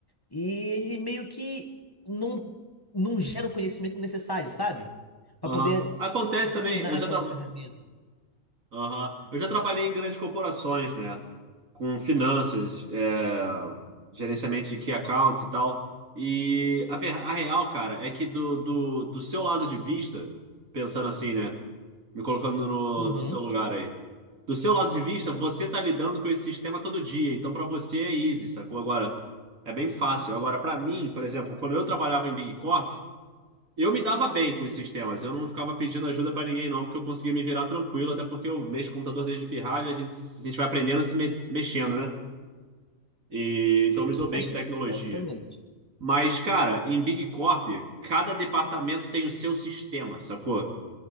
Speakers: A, on the left (about 15°); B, on the right (about 80°).
A: e ele meio que não, não gera o conhecimento necessário, sabe? Para
B: Aham.
A: poder
B: Acontece
A: dominar
B: também. Eu já
A: aquela
B: trabalho.
A: ferramenta.
B: Aham. Eu já trabalhei em grandes corporações, né? Com finanças, é, gerenciamento de key accounts e tal. E a, ver- a real, cara, é que do, do, do seu lado de vista, pensando assim, né? Me colocando no,
A: Uhum.
B: no seu lugar aí. Do seu lado de vista, você tá lidando com esse sistema todo dia. Então, pra você é easy, sacou? Agora, é bem fácil. Agora, pra mim, por exemplo, quando eu trabalhava em Big Corp, eu me dava bem com esses temas, eu não ficava pedindo ajuda pra ninguém, não, porque eu conseguia me virar tranquilo, até porque eu mexo com computador desde pirralho, a gente, a gente vai aprendendo se, me- se mexendo, né? E, então
A: Se
B: eu me
A: diz
B: dou bem com tecnologia.
A: exatamente.
B: Mas, cara, em Big Corp, cada departamento tem o seu sistema, sacou?